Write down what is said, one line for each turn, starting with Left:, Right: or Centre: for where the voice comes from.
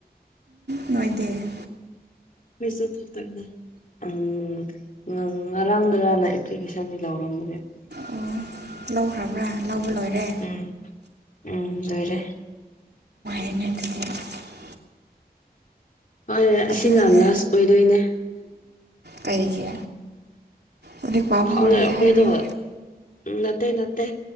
Right: ꯅꯣꯏꯗꯤ
Left: ꯐꯁꯨ ꯊ ꯀꯅ ꯎꯝ ꯉꯔꯥꯡꯗꯔꯅ ꯑꯦꯄ꯭ꯂꯤꯀꯦꯁꯟꯗꯤ ꯂꯧꯔꯝꯕꯅꯦꯕ
Right: ꯑꯣ ꯂꯧꯈ꯭ꯔꯕ꯭ꯔꯥ ꯂꯧꯕ ꯂꯣꯏꯔꯦ
Left: ꯎꯝ ꯎꯝ ꯌꯥꯣꯏꯔꯦ
Right: ꯑꯩꯅꯗꯨꯗꯒꯤ
Left: ꯍꯣꯏ ꯑꯁꯤꯅ
Right: ꯑꯗꯨꯒꯅꯦ
Left: ꯂꯥꯁ ꯑꯣꯏꯗꯣꯏꯅꯦ
Right: ꯀꯔꯤꯒꯤ ꯂꯥꯏꯔꯤꯛ ꯄꯥꯕ
Left: ꯈꯥꯎꯅꯩꯔ
Right: ꯍꯧꯔꯒꯦ
Left: ꯑꯩꯈꯣꯏꯗꯣ
Right: ꯍꯥꯏꯕ꯭ꯔꯣ
Left: ꯎꯝ ꯅꯠꯇꯦ ꯅꯠꯇꯦ